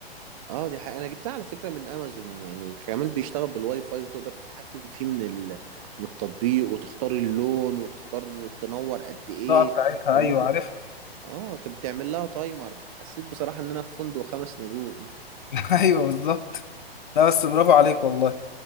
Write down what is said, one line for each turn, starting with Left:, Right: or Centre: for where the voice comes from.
Right: اه دي حقيقة انا جبتها على فكرة من امازون يعني كمان بيشتغل بالواي فاي وتقدر تتحكم فيه من ال... من التطبيق وتختار اللون وتختار تنور قد ايه
Left: القاعة بتاعتها
Right: وممكن
Left: ايوه عارفها
Right: اه طب بتعمل لها تايمر حسيت بصراحة ان انا في فندق خمس نجوم
Left: <laughs> ايوه بالظبط لا بس برافو عليك والله